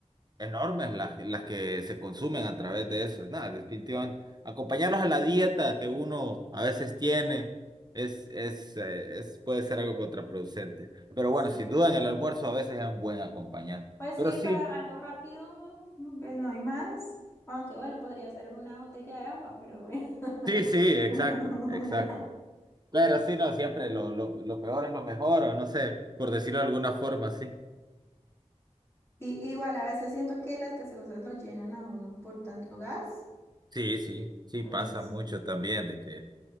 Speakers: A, on the right; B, on the left.
A: enormes las, las que se consumen a través de eso. Nada, definitivamente. Acompañarlos a la dieta que uno a veces tiene es, es, eh, es, puede ser algo contraproducente. Pero bueno,
B: sí.
A: sin duda en el almuerzo a veces es un buen acompañante.
B: Pues
A: Pero
B: sí,
A: sí,
B: para algo rápido, pues no hay más, aunque bueno, podría ser una botella de agua, pero bueno.
A: sí, sí, exacto,
B: <laughs>
A: exacto. Pero sí, no, siempre lo, lo, lo peor es lo mejor, o no sé, por decirlo de alguna forma, sí.
B: Y, igual a veces siento que las gaseosas lo llenan a uno por tanto gas.
A: Sí, sí, sí,
B: Entonces,
A: pasa mucho
B: sí,
A: también de que...